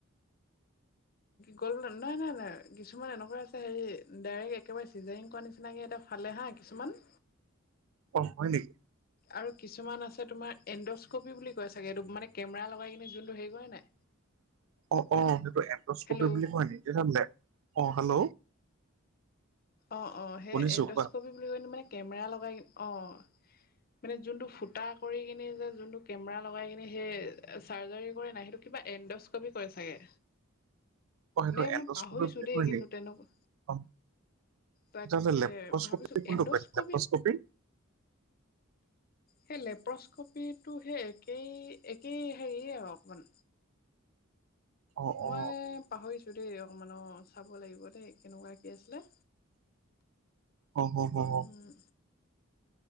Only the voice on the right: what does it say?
অ হয় নেকি
<inaudible> অ অ সেইটো এণ্ডস্কপী
বুলি কয় নি তেতিয়া হলে অ হেল্ল
শুনিছো
কোৱা
অ সেইতো
এণ্ডস্কোপি
বুলি
কয়
নি
অ
তেতিয়া হলে লেপ্ৰস্কপি
কোনটো
কয় লেপ্ৰস্কপি
অ
অ
অ অ হ
হ